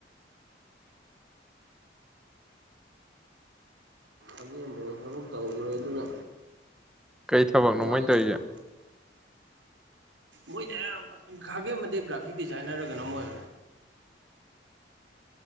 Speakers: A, on the right; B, in the centre.
A: ꯑꯖꯦꯝꯕ ꯑꯣꯏꯅ ꯊꯕꯛ ꯇꯧꯈ꯭ꯔꯦ ꯑꯗꯨꯅ
B: ꯀꯩ ꯊꯕꯛꯅꯣ
A: ꯅꯨꯡꯉꯥꯏꯈ꯭ꯔꯦ
B: ꯃꯃꯣꯏꯅ ꯇꯧꯔꯤꯒꯦ
A: ꯁꯨꯝ ꯃꯣꯏꯗꯤ ꯑꯌꯥꯝ ꯈꯥꯒꯦꯝꯃꯗꯤ ꯒ꯭ꯔꯥꯐꯤꯛ ꯗꯤꯖꯥꯏꯟꯅꯔꯒꯅ ꯃꯣꯏ
B: <unintelligible>